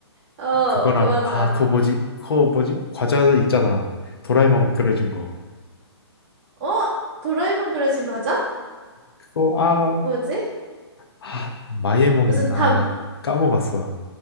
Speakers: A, on the right; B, on the left.
A: 어,
B: 그거랑,
A: 그 맞아.
B: 아, 그거 뭐지? 그거 뭐지? 과자 있잖아. 도라에몽 그려진 거.
A: 어? 도라에몽 그려진 과자?
B: 그거, 아,
A: 뭐지?
B: 아 마이애몽이었나?
A: 무슨 담.
B: 아, 나 까먹었어.